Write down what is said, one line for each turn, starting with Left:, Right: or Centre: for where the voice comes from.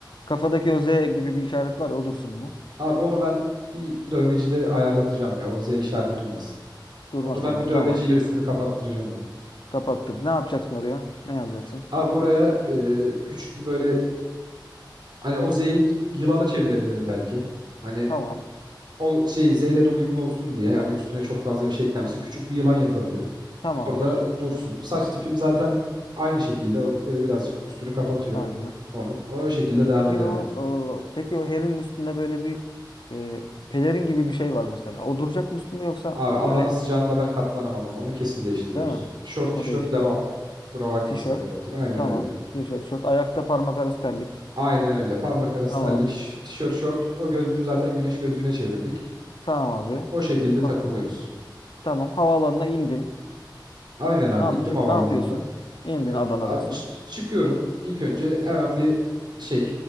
Left: kafadaki o Z gibi bir işaret var ya o dursun mu?
Right: Abi onu ben bir dövmecide ayarlatacağım ya. O Z işareti durmasın.
Left: Durmasın
Right: Onu ben
Left: mı?
Right: bir dövmeciyle
Left: Tamam.
Right: üstünü kapattıracağım onu.
Left: Kapattır. Ne yapacaksın oraya? Ne yazacaksın?
Right: Abi oraya e, küçük bir böyle hani o Z'yi yılana çevirebilirim belki. Hani
Left: Tamam.
Right: o şey Z ile de uyumlu olsun diye hani üstüne çok fazla bir şey eklenmesin. Küçük bir yılan yapabilirim.
Left: Tamamdır.
Right: Orada dursun. Saç tipim zaten aynı şekilde o böyle birazcık üstünü kapatıyor
Left: Aynen.
Right: onun. O şekilde devam
Left: Peki
Right: ederim
Left: o, o-
Right: onu.
Left: peki o herin üstünde böyle bir e, pelerin gibi bir şey var mesela. O duracak mı üstünde yoksa
Right: Abi
Left: böyle
Right: Adana sıcağında ben katlanamam ona. Onu kesin değiştiriyoruz.
Left: değil mi?
Right: Şort
Left: O
Right: tişört
Left: değişecek.
Right: devam. Kusura bakmasın
Left: Tişört.
Right: Harry Potter. Aynen
Left: Tamam.
Right: öyle.
Left: Tişört, şort. Ayakta parmak arası terlik.
Right: Aynen öyle. Parmak arası
Left: Tamam.
Right: terlik, ş- tişört, şort. O gözlüğü zaten güneş gözlüğüne çevirdik.
Left: Tamam abi.
Right: O şekilde
Left: Çok
Right: takılıyoruz.
Left: güzel. Tamam. Havaalanına indin.
Right: Aynen abi
Left: Ne yapacaksın?
Right: indim havalimanında.
Left: Ne yapıyorsun? İndin
Right: Ya
Left: Adana'dasın.
Right: abi çı- çıkıyorum. İlk önce hemen bir şey